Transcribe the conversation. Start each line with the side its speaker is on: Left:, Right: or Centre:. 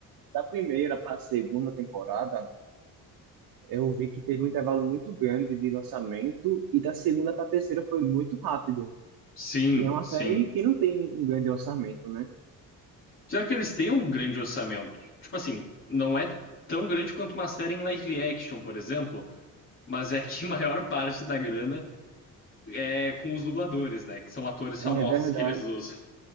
Right: da primeira para a segunda temporada, eu vi que teve um intervalo muito grande de lançamento, e da segunda para a terceira foi muito rápido.
Left: Sim,
Right: E é uma
Left: sim.
Right: série que não tem um grande orçamento, né?
Left: já que eles têm um grande orçamento? Tipo assim, não é tão grande quanto uma série em live action, por exemplo, mas é que <laughs> a maior parte da grana é com os dubladores, né? Que são atores
Right: É
Left: famosos
Right: verdade.
Left: que eles usam.